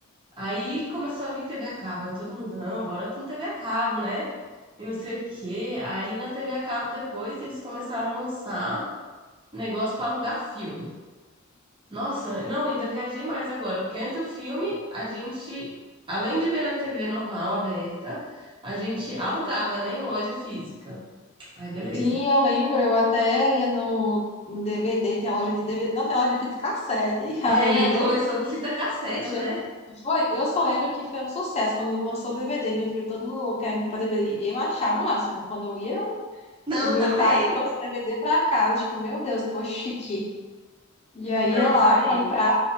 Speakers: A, on the right (about 25°); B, on the left (about 30°).
A: Aí começou a vir TV a cabo, aí todo mundo, não, bora com TV a cabo, né? E não sei o quê. Aí na TV a cabo depois eles começaram a lançar negócio para alugar filme. Nossa, não, ainda viajei mais agora, porque antes do filme a gente, além de ver na TV normal aberta, a gente alugava, né, em loja física. Aí beleza.
B: sim, eu lembro. Eu até ia no em DVD, tem a loja de DVD, não tem loja de fita cassete <laughs> ainda.
A: É, começou com fita cassete,
B: Eu lembro.
A: né?
B: Foi, eu só lembro que foi um sucesso quando lançou o DVD. Minha filha, todo mundo louco querendo comprar DVD. Eu achava o máximo. Quando eu ia,
A: Não,
B: quando meu
A: também.
B: pai trouxe o DVD pra casa, tipo, meu Deus, tô chique. E aí
A: Não,
B: ia lá
A: também.
B: comprar